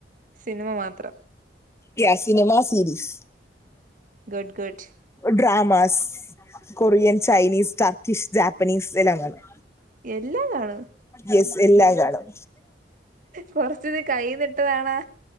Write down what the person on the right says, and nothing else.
സിനിമ മാത്രം
ഗഡ്ഗഡ്
എല്ലാം കാണും
കൊറച്ത് കൈന്നിട്ടവേണാ